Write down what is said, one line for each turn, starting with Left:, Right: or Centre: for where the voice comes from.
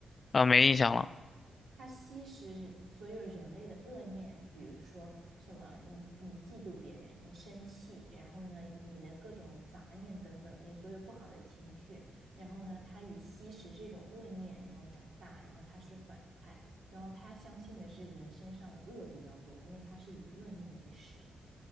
Left: 啊，没印象了
Right: 他吸食所有人类的恶念，就比如说什么你你嫉妒别人，你生气，然后呢你的各种杂念等等，你所有不好的情绪，然后呢他以吸食这种恶念，然后长大，然后他是反派，然后他相信的是人身上的恶比较多，因为他是以恶念为食嘛。